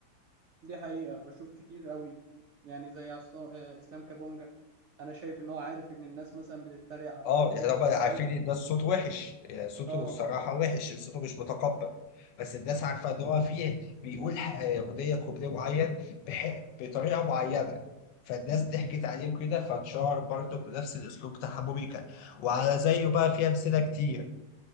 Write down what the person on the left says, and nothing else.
اه
يعني هم عارفين
ان ده الصوت وحش يعني صوته
الصراحه وحش صوته مش متقبل بس الناس عارفه ان هو فيه بيقول ح- اغنيه كوبليه معين بح... بطريقه معينه فالناس ضحكت عليه وكده فاتشهر برضه بنفس الاسلوب بتاع موبيكا وعلى زيه بقى في امثله كتير